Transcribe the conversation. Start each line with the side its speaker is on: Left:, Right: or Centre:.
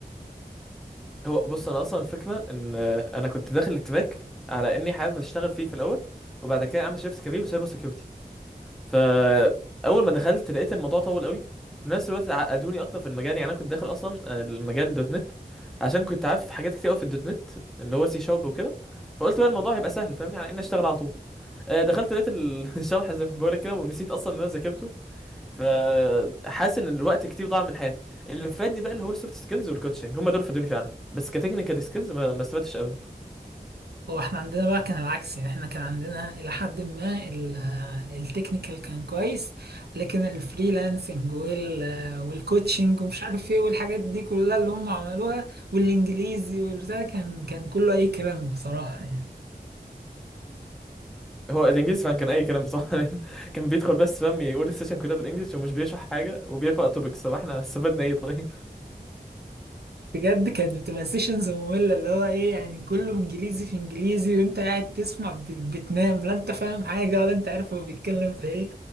Centre: هو بص انا اصلا الفكره ان آه، انا كنت داخل التراك على اني حابب اشتغل فيه في الاول وبعد كده اعمل شيفت كبير بسايبر سيكيورتي فاول ما دخلت لقيت الموضوع طول قوي في نفس الوقت عقدوني اكتر في المجال يعني انا كنت داخل اصلا آه، المجال دوت نت عشان كنت عارف حاجات كتير قوي في الدوت نت اللي هو سي شارب وكده فقلت بقى الموضوع هيبقى سهل فاهمني على اني اشتغل على طول آه، دخلت لقيت ال- <laughs> الشرح زي ما بقولك كده ونسيت اصلا ان انا ذاكرته فحاسس ان الوقت كتير ضاع من حياتي اللي فادني بقى اللي هو السوفت سكيلز والكوتشنج هم دول فادوني فعلا بس كتكنيكال سكيلز ما ما استفدتش ابدا
Right: هو احنا عندنا بقى كان العكس يعني احنا كان عندنا الى حد ما ال- التكنيكال كان كويس لكن الفريلانسنج وال والكوتشنج ومش عارف ايه والحاجات دي كلها اللي هم عملوها والانجليزي والبتاع ده كان كان كله اي كلام بصراحة يعني
Centre: هو الانجليزي فعلا كان اي كلام بصراحه <laughs> لأن كان بيدخل بس فاهم يقول السيشن كلها بالانجلش ومش بيشرح حاجه وبيقرا توبكس طب احنا استفدنا ايه طيب
Right: بجد كانت بتبقى سيشنز مملة اللي هو ايه يعني كله انجليزي في انجليزي وانت قاعد تسمع بت- بتنام لا انت فاهم حاجة ولا انت عارف هو بيتكلم في ايه